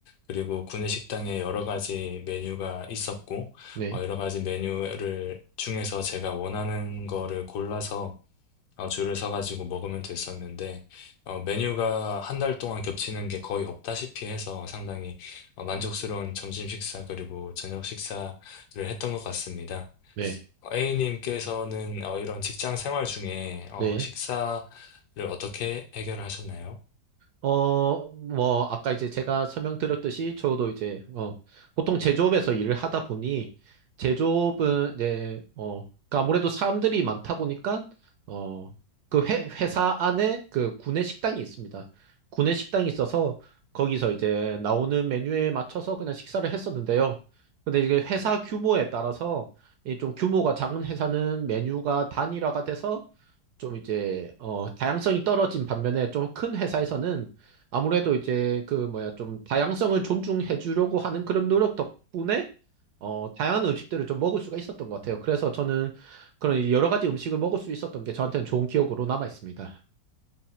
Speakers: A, on the left; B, on the right.
A: 그리고 구내식당에 여러 가지 메뉴가 있었고
B: 네,
A: 어, 여러 가지 메뉴를 중에서 제가 원하는 거를 골라서 어, 줄을 서가지고 먹으면 됐었는데, 어, 메뉴가 한 달 동안 겹치는 게 거의 없다시피 해서 상당히 어, 만족스러운 점심 식사 그리고 저녁 식사를 했던 것 같습니다.
B: 네,
A: 어, A님께서는 어, 이런 직장 생활 중에 어,
B: 네.
A: 식사를 어떻게 해결하셨나요?
B: 어, 뭐, 아까 이제 제가 설명드렸듯이 저도 이제, 어, 보통 제조업에서 일을 하다 보니, 제조업은 이제, 어, 그러니까 아무래도 사람들이 많다 보니까, 어, 그 회, 회사 안에 그 구내 식당이 있습니다. 구내 식당이 있어서 거기서 이제 나오는 메뉴에 맞춰서 그냥 식사를 했었는데요. 근데 이게 회사 규모에 따라서 이 좀 규모가 작은 회사는 메뉴가 단일화가 돼서 좀 이제 어 다양성이 떨어진 반면에 좀 큰 회사에서는 아무래도 이제 그 뭐야 좀 다양성을 존중해 주려고 하는 그런 노력 덕분에 어 다양한 음식들을 좀 먹을 수가 있었던 것 같아요. 그래서 저는 그런 여러 가지 음식을 먹을 수 있었던 게 저한테는 좋은 기억으로 남아 있습니다.